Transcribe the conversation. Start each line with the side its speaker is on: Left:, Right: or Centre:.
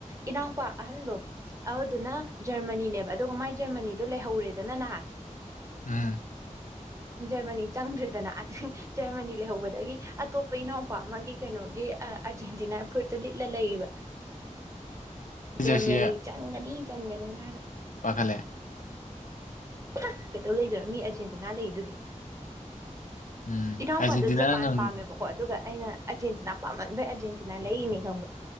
Right: ꯏꯅꯥꯎꯄꯥ ꯑꯍꯟꯗꯣ ꯑꯗꯨꯗꯨꯅ ꯖꯔꯃꯅꯤꯅꯦꯕ ꯑꯗꯨꯒ ꯃꯥꯏ ꯖꯔꯃꯅꯤꯗꯣ ꯂꯩꯍꯧꯔꯦꯗꯅ ꯅꯍꯥꯟ
Left: ꯎꯝ
Right: ꯖꯔꯃꯅꯤ ꯆꯪꯗ꯭ꯔꯦꯗꯅ ꯑꯗꯨꯏ ꯖꯔꯃꯅꯤ ꯂꯩꯍꯧꯕꯗꯒꯤ ꯑꯇꯣꯞꯄ ꯏꯅꯥꯎꯄꯥ ꯑꯃꯒꯤ ꯀꯩꯅꯣꯒꯤ ꯑꯥꯔꯖꯦꯟꯇꯤꯅꯥ ꯐꯨꯔꯤꯠꯇꯨ ꯂꯤꯠꯂ ꯂꯩꯔꯤꯕ ꯖꯔꯃꯦꯅꯤ
Left: ꯖꯔꯁꯤ
Right: ꯆꯪꯒꯅꯤ ꯆꯟꯒꯅꯤ ꯍꯥꯏꯔꯒ
Left: ꯄꯥꯈꯠꯂꯦ
Right: ꯍꯥ ꯀꯩꯇꯧꯔ ꯂꯩꯗꯣꯏꯅꯣ ꯃꯤ ꯑꯩ ꯆꯤꯟ ꯇꯨꯅ ꯂꯩꯗꯨꯗꯤ
Left: ꯎꯝ
Right: ꯏꯅꯥꯎꯄꯥꯗ
Left: ꯑꯥꯔꯖꯦꯟꯇꯤꯅꯥ
Right: ꯖꯄꯥꯟ
Left: ꯉꯝ
Right: ꯄꯥꯝꯃꯦꯕ ꯀꯣ ꯑꯗꯨꯒ ꯑꯩꯅ ꯑꯔꯖꯦꯟꯇꯤꯅꯥ ꯄꯥꯝꯃꯟꯕꯩ ꯑꯔꯖꯦꯟꯇꯤꯅꯥ ꯂꯩꯔꯤꯅꯤ ꯈꯪꯕ